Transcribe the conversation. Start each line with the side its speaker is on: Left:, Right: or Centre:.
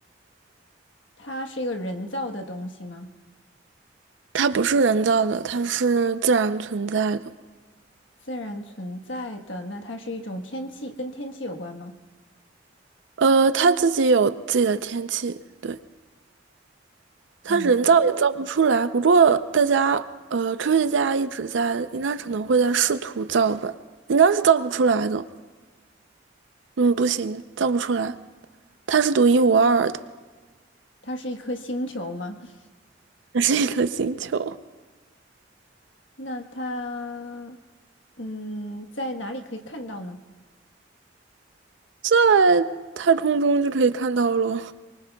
Left: 它是一个人造的东西吗？
Right: 它不是人造的，它是自然存在的。
Left: 自然存在的，那它是一种天气，跟天气有关吗？
Right: 呃，它自己有自己的天气，对，
Left: 嗯，
Right: 它人造也造不出来。不过大家，呃，科学家一直在，应该可能会在试图造吧，应该是造不出来的。嗯，不行，造不出来，它是独一无二的。
Left: 它是一颗星球吗？<laughs>
Right: <laughs> 这是一个星球，
Left: 那它，嗯，在哪里可以看到呢？
Right: 在太空中就可以看到喽。